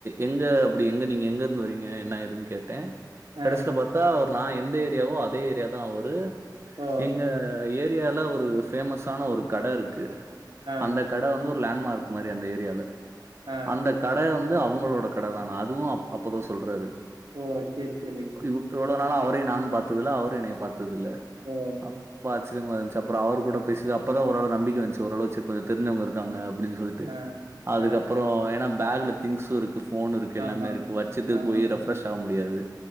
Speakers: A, on the right; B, on the right.
A: எங்க அப்டி எங்க நீங்க எங்க இருந்து வறீங்க என்ன ஏதுனு கேட்டே
B: ஆ
A: கடேசில பாத்தா அவர் நா எந்த ஏரியாவோ அதே ஏரியா தா அவரு
B: ஓ
A: எங்க ஏ ரியால ஒரு ஃபேமஸான ஒரு கட இருக்கு
B: ஆ
A: அந்த கட வந்து ஒரு லேண்ட்மார்க் மாரி அந்த ஏரியல
B: ஆ
A: அந்த கட வந்து அவுங்களோட கட தான அதுவு அப் அப்போதா சொல்றாரு
B: ஓ சேர் சேரி
A: <unintelligible> இவ்ளோ நாளா அவரையு நானு பாத்துதில்ல அவுரு என்னைய பாத்ததுல்ல
B: ம்
A: ரொம்ப ஆச்சரியமா இருந்துச்சி அப்புற அவர் கூட பேசது அப்பதா ஓரளவு நம்பிக்க வன்ச்சு ஓரளவு <unintelligible> தெரிஞ்சவுங்க இருக்காங்க அப்பிடின் சொல்லிட்டு
B: ஆ
A: அதுக்கப்புற
B: ஆ
A: ஏன்னா பேக்ல திங்ஸு இருக்கு போனு இருக்கு எல்லாமே
B: ஆமா
A: இருக்கு வச்சிட்டு
B: ஆமா
A: போய் ரெஃப்ரெஸ் ஆக முடியாது